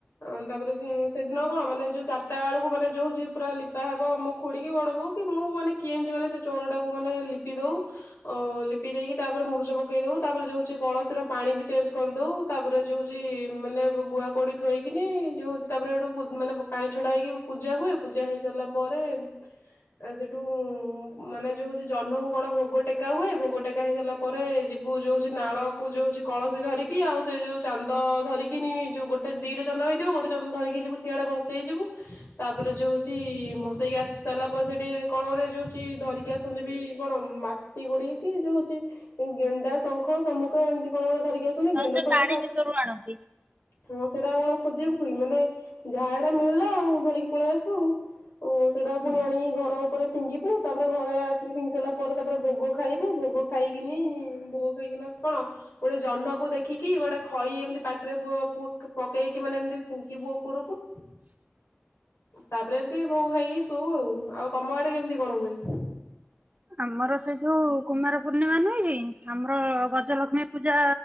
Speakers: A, on the left; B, on the right.
A: ଆ ତାପରେ ସେଦିନ କଣ ମାନେ ଯୋଉ ଚାରିଟା ବେଳକୁ ମାନେ ଯୋଉଛି ପୁର ଲିପା ହବ ମୁଁ ଖୁଡିକି ବଡବୁ। କି ବୋଉ ମାନେ କିଏ ଏମିତି ମାନେ ସେ ଚୋର ଟାକୁ ମାନେ ଲିପି ଦଉ। ଓ ଲିପି ଦେଇକି ତାପରେ ମୁରୁଜ ପକେଇ ଦବଉ। ତାପରେ ଯଉଛି କଳସୀର ପାଣି ବି ଚେଞ୍ଜ କରିଦେଉ। ତାପରେ ଯେଉଁଉଛି ମାନେ ଗୁଆ କୋଡ଼ି ଥୋଇକିନି ଯେଉଁ ହେଉଛି ତାପରେ ଏଇଠୁ ମାନେ ପାଣି ଛଡା ହେଇକି ପୂଜା ହୁଏ। ପୂଜା ହେଇ ସାରିଲା ପରେ ଆ ସେଠୁ ମାନେ ଯୋଉ ହଉଛି ଜହ୍ନକୁ କଣ ଭୋଗ ଟେକା ହୁଏ। ଭୋଗ ଟେକା ହେଇସାରିଲା ପରେ ଯିବୁ। ଯୋଉଛି ନାଳ କ ଯୋଉଛି କଳସୀ ଧରିକି ଆଉ ସେ ଯଉ ଚାନ୍ଦ ଧରିକିନି ଯଉ ଗୋଟେ ଦିଟା ଚାନ୍ଦ ହେଇଥିବ ଗୋଟେ ଚାନ୍ଦ ଧରିକି ଯିବୁ ସିଆଡ଼େ ବସ ଷେଇଯିବୁ ତାପରେ ଯେଉଁ ହେଉଛି। ମସେଇକି ଆସି ସାରିଲା ପରେ ସେଇଠି କଣ କୋ ଯେଉଛି ଧରିକି ଆସ। ବି କଣ ମାଟି ଗୋଡିିକ କି ଯୋଉଛି। ଗେଣ୍ଡା ଶଙ୍ଖ ଶମୁଖ ଏମିତି। କଣ ଗୋଟେ ଧରିକି ଆସନି
B: ହଁ
A: ଗେଣ୍ଡ
B: ସେ
A: ଶଙ୍ଖ
B: ପାଣି ଭିତରୁ ଆଣନ୍ତି।
A: ହଁ ସେଇଟା ଆଉ କଣ ଖୋଜେଇବୁ କି ମାନେ ଯାହା ଏଟା ମିଳିଲା ଆଉ ଧରିକି ପଳେଇ ଆସୁ। ଆଉ ସେଟା ପୁଣି
B: ହୁଁ।
A: ଆଣିକି ଘର ଉପରେ ଫିଙ୍ଗିବୁ। ତାପରେ ଘରେ ଆସିକି ଫିଙ୍ଗି ସାରିଲା ପରେ ତାପରେ ଭୋଗ ଖାଇବୁ ଭୋଗ ଖାଇକିନି ବୋଉ ଖାଇକନା କଣ ଗୋଟେ ଜହ୍ନକୁ ଦେଖିକି ଗୋଟେ ଖଇ ଏମିତି ପାଟିରେ ପକେଇକି। ମାନେ ଏମିତି ଫୁଙ୍କିବୁ ଉପରକୁ। ତାପରେ ଏମିତି ଭୋଉ ଖାଇକି ଶୋଉ ଆଉ। ଆଉ ତମ ଆଡେ କେମିତି କଣ ହୁଏ?
B: ଆମର ସେ ଯୋଉ କୁମାର ପୂର୍ଣ୍ଣିମା ନୁହେଁ କି ଆମର ଗଜଲକ୍ଷ୍ମୀ ପୂଜା